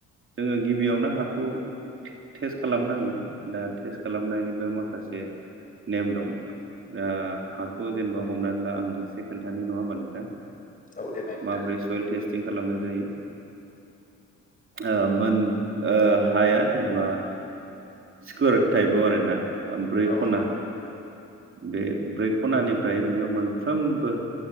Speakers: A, on the right; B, on the left.
A: जोङो गिबियावनो हाखौ टेस्ट खालामनांगोन दा टेस्ट खालामनायनिबो माखासे नेम दं। दा हाखौ जेनेबा हमनानै ला आं एसे खोन्थानि नङा होमबा नोंथां।
B: औ देनाय नोंथां
A: माब्रै सयेल टेस्टिं खालामनाय जायो। ओ मोन ओ हाया जेनेबा स्कुवार टाइपाव आरोना ब्रै
B: औ
A: खना। बे ब्रै खनानिफ्राय नोङो मोनफ्रोमबो